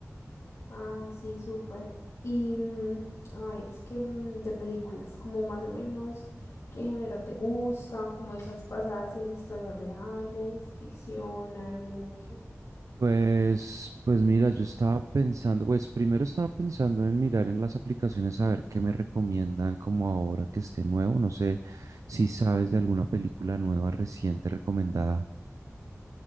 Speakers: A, on the left; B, on the right.
A: Ay, sí, súper. Y mm, a ver, es que mm, de películas, como más o menos, ¿qué género te gusta? Como esas basadas en historias reales, ficción, anime o qué.
B: Pues, pues mira, yo estaba pensando, pues primero estaba pensando en mirar en las aplicaciones a ver qué me recomiendan como ahora que esté nuevo. No sé si sabes de alguna película nueva reciente recomendada.